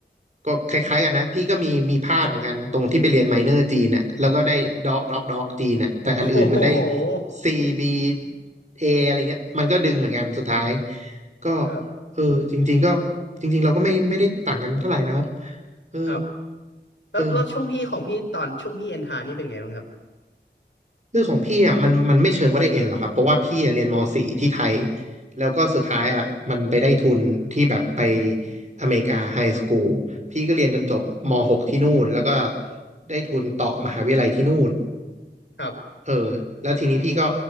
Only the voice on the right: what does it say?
ก็คล้ายๆกันนะ พี่ก็มีมีพลาดเหมือนกัน ตรงที่ไปเรียนไมเนอร์จีนน่ะแล้วก็ได้ด็อกด็อกด็อกจีนน่ะแต่อันอื่นมันได้
C B A อะไรเงี้ย มันก็ดึงเหมือนกันสุดท้ายก็
เออจริงๆก็จริงๆเราก็ไม่ไม่ได้ต่างกันเท่าไหร่นะครับเออ
เออ คือของพี่อ่ะมันมันไม่เชิงว่าได้เอ็นหรอกครับเพราะว่าพี่อะเรียนม .4 ที่ไทยแล้วก็สุดท้ายอ่ะมันไปได้ทุนที่แบบไปอเมริกาไฮสคูลพี่ก็เรียนจนจบม .6 ที่นู่นแล้วก็ได้ทุนต่อมหาวิทยาลัยที่นู่น
เออแล้วทีนี้พี่ก็